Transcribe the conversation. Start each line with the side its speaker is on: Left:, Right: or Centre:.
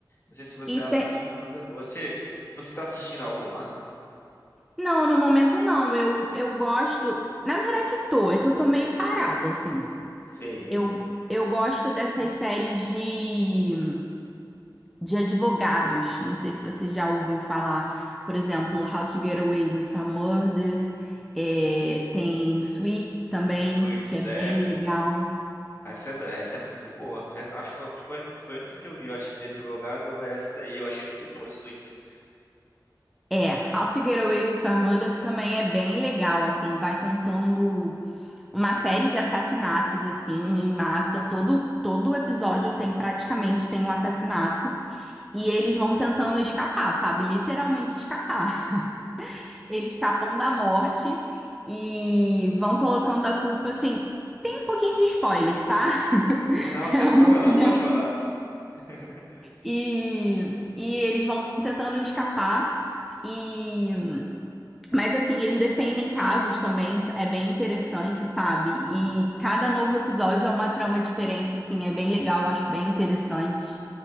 Left: Não sei se você
Centre: E
Left: assina,
Centre: te-
Left: mas é boa. Você, você tá assistindo alguma?
Centre: não, no momento não. Eu, eu gosto, na verdade tô, é que eu tô meio parada assim.
Left: Sei.
Centre: Eu, eu gosto dessas séries de de advogados. Não sei se você já ouviu falar, por exemplo, How to Get Away with a Murder. É, tem Suits também,
Left: Luiz,
Centre: que é bem
Left: é essa,
Centre: legal.
Left: essa é, da- essa é muito boa. Essa- acho que foi, foi, a única- foi a única que eu vi, eu acho, de advogado, é essa daí. Eu achei muito boa, Suits.
Centre: É, How to Get Away with a Murder também é bem legal, assim, vai contando uma série de assassinatos, assim, em massa. Todo, todo episódio tem, praticamente, tem um assassinato. E eles vão tentando escapar, sabe? Literalmente escapar. eles escapam da morte e vão colocando a culpa assim. Tem um pouquinho de spoiler, tá? <laughs>
Left: <laughs> Não, não
Centre: É
Left: tem
Centre: uma
Left: problema
Centre: opinião.
Left: não, pode falar. <laughs>
Centre: E, e eles vão tentando escapar. E, mas assim, eles defendem casos também, é bem interessante, sabe? E cada novo episódio é uma trama diferente, assim, é bem legal, acho bem interessante.